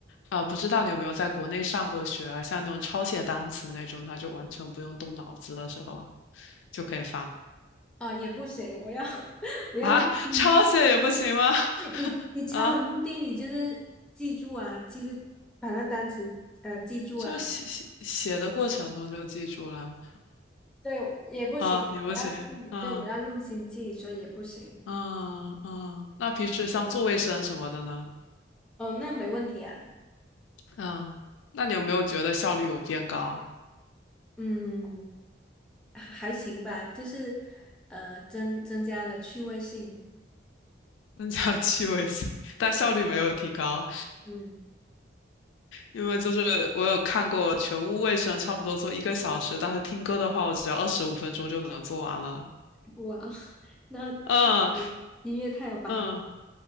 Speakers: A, on the left; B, in the centre.
A: 啊、不知道你有没有在国内上过学啊？像那种抄写单词那种，它就完全不用动脑子的时候，就可以放
B: 哦，也不行，我要 <laughs> 我要用你
A: 啊，<laughs> 抄写也不行吗？
B: 你你你敲的目的，
A: <laughs> 啊？
B: 你就是记住啊，记住把那单词呃记住啊，
A: 就写写写的过程中就记住了
B: 对，也不行，
A: 啊，也不行，
B: 我要记，
A: 啊
B: 对，我要用心记，所以也不行。
A: 嗯嗯。那平时像做卫生什么的呢？
B: 哦，那没问题啊，
A: 嗯，那你有没有觉得效率有变高？
B: 嗯，还还行吧，就是呃增增加了趣味性，
A: 增加 <laughs> 趣味性，但效率没有提高，
B: 对嗯，
A: 因为就是我有看过全屋卫生差不多做一个小时，但是听歌的话，我只要二十五分钟就能做完了。
B: 哇，<laughs> 那确实音乐太有帮助，
A: 嗯嗯。